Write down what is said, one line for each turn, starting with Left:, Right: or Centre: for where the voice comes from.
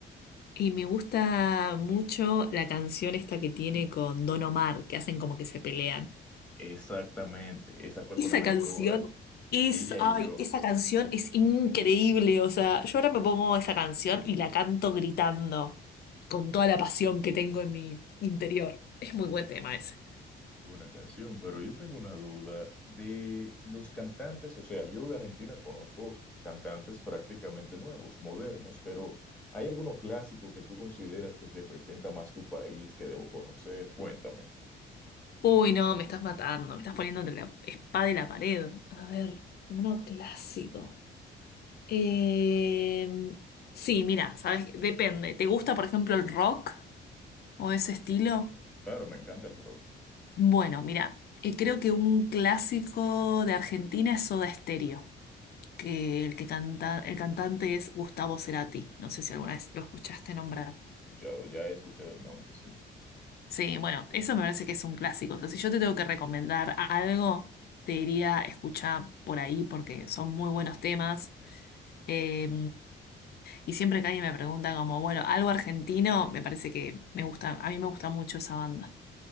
Left: Y me gusta mucho la canción esta que tiene con Don Omar, que hacen como que se pelean.
Centre: Exactamente, esa fue
Left: Esa
Centre: con Aventura,
Left: canción es,
Centre: ella
Left: ay,
Centre: y yo.
Left: esa canción es increíble. O sea, yo ahora me pongo esa canción y la canto gritando con toda la pasión que tengo en mi interior. Es muy buen tema ese.
Centre: buena canción, pero yo tengo una duda de los cantantes, o sea, yo de Argentina conozco cantantes prácticamente nuevos, modernos, pero ¿hay alguno clásico que tú consideras que representa más tu país que debo conocer? Cuéntame.
Left: Uy, no, me estás matando, me estás poniendo entre la espada y la pared. A ver, uno clásico. Eh, sí, mira, sabes, depende. ¿Te gusta, por ejemplo, el rock? o ese estilo?
Centre: Claro, me encanta el rock.
Left: Bueno, mira, eh, creo que un clásico de Argentina es Soda Stereo, que el que canta, el cantante es Gustavo Cerati. No sé si alguna vez lo escuchaste nombrar.
Centre: Escuchado, ya he escuchado el nombre, sí.
Left: Sí, bueno, eso me parece que es un clásico. O sea, si yo te tengo que recomendar algo, te diría escuchar por ahí porque son muy buenos temas. Eh, y siempre que alguien me pregunta como, bueno, algo argentino, me parece que me gusta, a mí me gusta mucho esa banda.